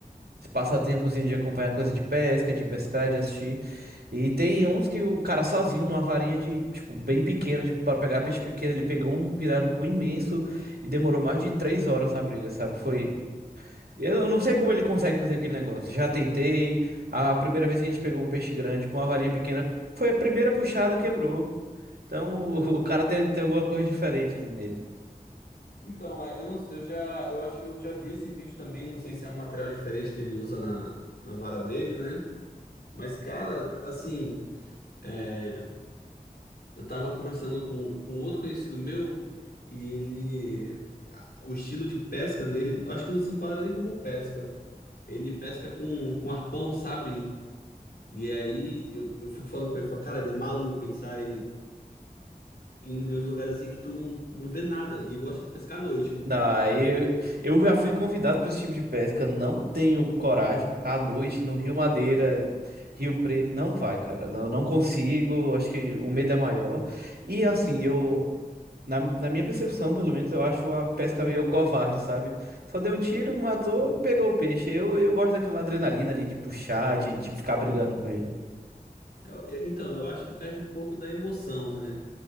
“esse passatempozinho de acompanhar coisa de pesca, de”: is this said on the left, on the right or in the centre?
Right